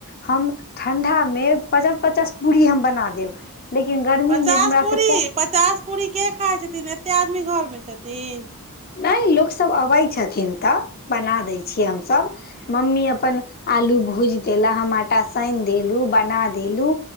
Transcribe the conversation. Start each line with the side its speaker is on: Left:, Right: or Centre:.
Left: हम ठण्डा मे पचास पचास पूरी हम बना देब लेकिन गर्मी
Right: पचास
Left: मे हमरा
Right: पूरी
Left: स पु
Right: पचास पूरी के खाय छथिन एते आदमी घर मे छथिन
Left: नै लोक सब अबै छथिन तऽ बना दै छियै हमसभ। मम्मी अपन आलू भूजि देला हम आटा सानि देलू बना देलू